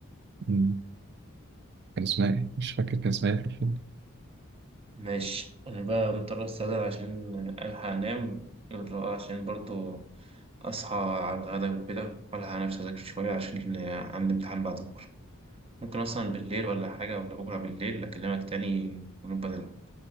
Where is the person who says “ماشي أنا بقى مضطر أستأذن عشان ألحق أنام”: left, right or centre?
Right